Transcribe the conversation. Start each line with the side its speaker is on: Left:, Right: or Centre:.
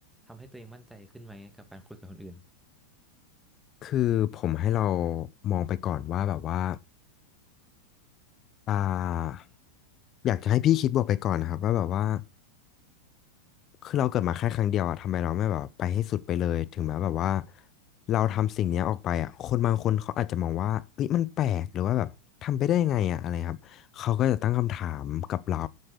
Centre: ทำให้ตัวเองมั่นใจขึ้นไหมกับการคุยกับคนอื่น
Left: คือผมให้เรามองไปก่อนว่าแบบว่าอ่าอยากจะให้พี่คิดบวกไปก่อนนะครับว่าแบบว่า คือเราเกิดมาแค่ครั้งเดียวอะทำไมเราไม่แบบไปให้สุดไปเลยถึงแม้แบบว่าเราทำสิ่งเนี้ยออกไปอะคนบางคนเขาอาจจะมองว่าเอ้ยมันแปลกหรือว่าแบบทำไปได้ยังไงอะอะไรครับเขาก็จะตั้งคำถามกับเรา